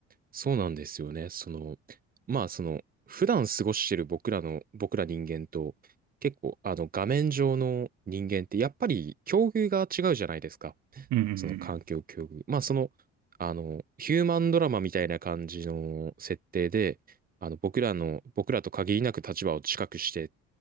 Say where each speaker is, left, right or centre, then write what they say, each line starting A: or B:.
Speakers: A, on the right; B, on the right.
A: そうなんですよね。その、まあその、普段過ごしてる僕らの、僕ら人間と、結構あの画面上の人間ってやっぱり境遇が違うじゃないですか。
B: うんうんうん。
A: その環境境遇。まあその、あの、ヒューマンドラマみたいな感じの設定で、あの僕らの、僕らと限りなく立場を近くして、